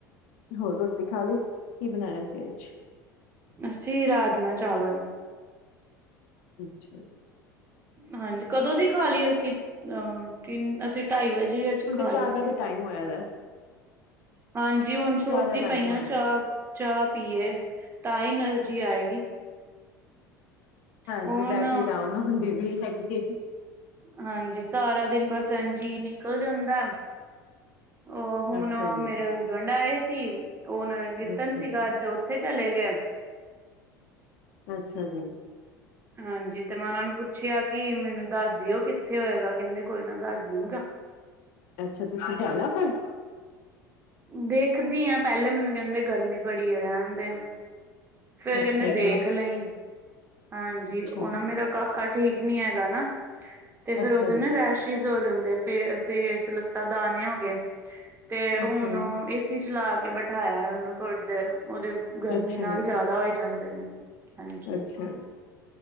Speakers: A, on the left; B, on the right.
A: ਹੋਰ ਰੋਟੀ ਖਾ ਲਈ, ਕੀ ਬਣਾਇਆ ਸੀ ਅੱਜ?
B: ਅਸੀਂ ਰਾਜਮਾਂ ਚਾਵਲ।
A: ਅੱਛਾ ਜੀ।
B: ਹਾਂਜੀ ਕਦੋ ਦੀ ਖਾ ਲਈ ਅਸੀਂ ਅਹ ਤਿੰਨ ਅਸੀਂ ਢਾਈ ਵਜੇ ਹੀ ਅੱਜ
A: ਹੁਣ
B: ਖਾਲੀ
A: ਤੇ ਚਾਹ ਦਾ
B: ਸੀ।
A: ਵੀ ਟਾਈਮ ਹੋਇਆ ਦਾ,
B: ਹਾਂਜੀ ਹੁਣ ਸੋਚਦੀ
A: ਚਾਹ ਦਾ ਟਾਈਮ
B: ਪਈਆਂ
A: ਹੋਇਆ
B: ਚਾਹ,
A: ਦਾ।
B: ਚਾਹ ਪੀਏ ਤਾਂ ਹੀ ਐਨਰਜੀ ਆਏਗੀ।
A: ਹਾਂਜੀ,
B: ਹੁਣ
A: ਬੈਟਰੀ ਡਾਊਨ ਹੁੰਦੀ ਵੀ ਹੈਗੀ ਏ।
B: ਹਾਂਜੀ ਸਾਰਾ ਦਿਨ ਬਸ ਐੰਝ ਹੀ ਨਿਕਲ ਜਾਂਦਾ। ਉਹ ਹੁਣ
A: ਅੱਛਾ ਜੀ।
B: ਮੇਰੇ ਹਸਬੈਂਡ ਆਏ ਸੀ ਉਹ ਨਗਰ ਕੀਰਤਨ
A: ਅੱਛਾ ਜੀ,
B: ਸੀਗਾ ਅੱਜ ਓ ਉੱਥੇ ਚਲੇ ਗਏ।
A: ਅੱਛਾ ਜੀ।
B: ਹਾਂਜੀ ਤੇ ਮੈਂ ਉਹਨਾਂ ਨੂੰ ਪੁੱਛਿਆ ਕਿ ਮੈਨੂੰ ਦੱਸ ਦਿਓ ਕਿੱਥੇ ਹੋਏਗਾ ਕਹਿੰਦੇ ਕੋਈ ਨਾ ਦੱਸ ਦੂਗਾ।
A: ਅੱਛਾ, ਤੁਸੀਂ ਜਾਣਾ ਫੇਰ?
B: ਦੇਖਦੀ ਹਾਂ ਪਹਿਲੇ ਮੈਨੂੰ ਕਹਿੰਦੇ ਗਰਮੀ ਬੜੀ ਹੈ ਰਹਿਣ ਦੇ। ਫੇਰ
A: ਅੱਛਾ
B: ਕਹਿੰਦੇ ਦੇਖ
A: ਜੀ
B: ਲਈ, ਹਾਂਜੀ
A: ਅੱਛਾ
B: ਉਹ ਨਾ ਮੇਰਾ ਕਾਕਾ ਠੀਕ ਨੀ ਹੈਗਾ ਨਾ, ਤੇ ਫੇਰ
A: ਅੱਛਾ
B: ਉਹਦੇ ਨਾ
A: ਜੀ
B: ਰੈਸ਼ ਰੈਸ਼ਿਜ਼ ਹੋ ਜਾਂਦੇ ਫੇ ਫੇਸ ਲੱਤਾ ਦਾਣੇ ਹੋ ਗਏ ਤੇ ਹੁਣ
A: ਅੱਛਾ
B: ਏਸੀ ਚਲਾ ਕੇ ਬਿਠਾਇਆ ਹੈ ਉਹਨੂੰ ਥੋੜੀ ਦੇਰ ਉਹਦੇ ਗਰਮੀ
A: ਅੱਛਾ
B: ਨਾਲ
A: ਜੀ
B: ਜਿਆਦਾ ਹੋਈ ਜਾਂਦੇ ਨੇ। ਹਾਂਜੀ
A: ਅੱਛਾ।